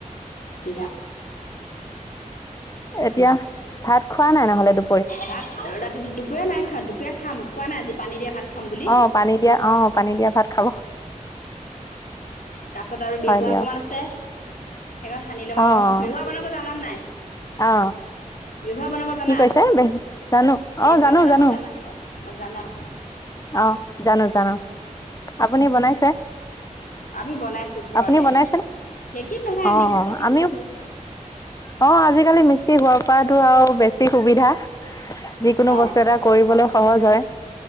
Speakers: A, on the left; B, on the left.
A: কিছ
B: এতিয়া ভাত খোৱা নাই নহলে তু
A: ভাত ৰাতিটো দুপৰীয়া নাই খা দুপৰীয়া খাম খোৱা নাই পান দিয়া ভাত খাম বুলি
B: আহ পানী দিয়া অ পানী দিয়া ভাত খাব
A: তাৰপিছত আৰু বেহুৱা
B: হয় দিয়ক
A: অকণমান আছে সেইকাৰণে, সানি লম
B: অ
A: আৰু
B: অ
A: বিহুৱা বনাব জানাত নাই,
B: অ
A: বিহুৱ বনাব জানা,
B: কি কৈছে বেহু জানো
A: বেহুৱা
B: অ জানো
A: বনাব
B: জানো
A: জানানে অ জানা
B: অ জানো জানো আপুনি বনাইছে?
A: আমি বনাইছো ঘৰতে
B: আপুনি বনাইছেনে
A: সেই, কি নহয়
B: অ
A: মিক্সিটা পিচিছো।
B: আমিও অ আজিকালি মিক্সি হোৱাৰ পৰাতো আৰু বেছি সুবিধা, যিকোনো
A: অঁ
B: বস্তু এটা কৰিবলৈ সহজ হয়